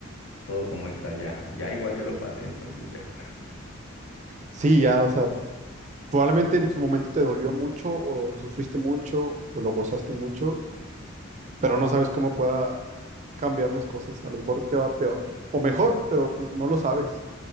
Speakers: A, on the left (about 70°); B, on the right (about 35°).
A: todo como está ya. Ya igual ya lo pasé, entonces ya.
B: Sí, ya, o sea, probablemente en su momento te dolió mucho o lo sufriste mucho o lo gozaste mucho, pero no sabes cómo pueda cambiar las cosas. A lo mejor te va peor o mejor, pero pues no lo sabes.